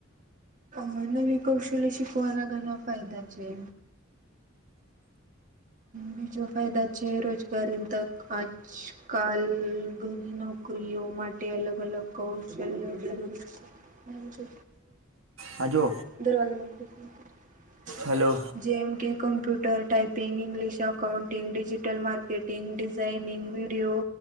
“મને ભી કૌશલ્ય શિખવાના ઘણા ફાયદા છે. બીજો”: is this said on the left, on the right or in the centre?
Right